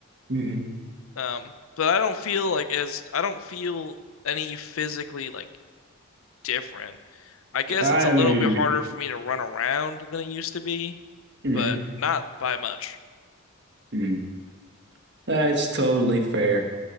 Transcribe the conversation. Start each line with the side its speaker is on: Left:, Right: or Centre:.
Right: hmm
Left: Um, but I don't feel like as I don't feel any physically like different. I guess
Right: I
Left: it's a
Right: am.
Left: little bit harder for me to run around than it used to be,
Right: mhm,
Left: but not by much.
Right: mhm. That's totally fair.